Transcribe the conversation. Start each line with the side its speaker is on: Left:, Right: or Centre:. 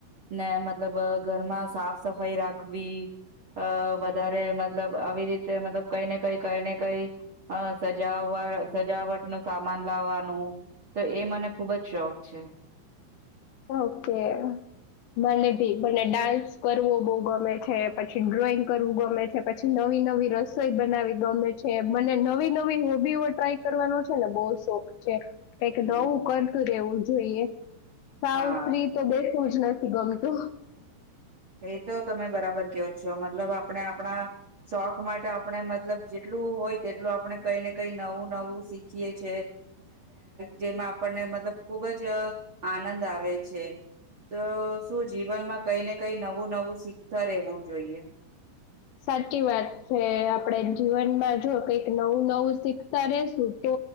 Right: ને મતલબ ઘરમાં સાફ સફાઈ રાખવી. અ વધારે મતલબ આવી રીતે. મતલબ કઈ ને કઈ કઈ ને કઈ સજાવવા સજાવટ નું સામાન લાવવાનું. તો એ મને ખૂબ જ શોખ છે.
Left: ઓકે. મને ભી મને ડાન્સ કરવો બહુ ગમે છે પછી ડ્રોઈંગ કરવું ગમે છે પછી નવ. નવી નવી રસોઈ બનાવી ગમે છે મને નવી નવી હોબીઓ ટ્રાય કરવાનો છે ને બહ શોખ. કઈ
Right: હમ
Left: દવું કરતું રેવું જોઈએ સાવ
Right: હા
Left: સ્ત્રી તો બે. પૂછના શ ગમ તો.
Right: એ તો તમે બરાબર કેવો છો મતલબ આપણે આપણા શોખ માટે આપણે મતલબ જેટલું. હોય તેટલું આપણે કઈ ને કઈ નવું નવું શીખીએ છે જેમાં આપણને. મતલબ ખુબ જ આનંદ આવે છે તો શું જીવનમાં કઈને. કઈ નવું નવું શીખતા રહેવું જોઈએ.
Left: સાચી વાત છે આપડે જીવનમાં જો કઈક નવું નવું શીખતા રેસું તો.